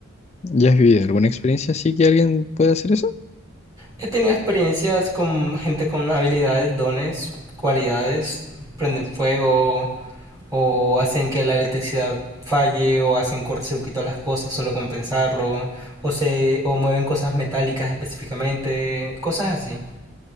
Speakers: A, on the left (about 30°); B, on the right (about 20°).
A: ¿Ya has vivido alguna experiencia así que alguien pueda hacer eso?
B: He tenido experiencias con gente con habilidades, dones, cualidades, prenden fuego o hacen que la electricidad falle o hacen cortocircuito a las cosas solo con pensarlo o se o mueven cosas metálicas específicamente, cosas así.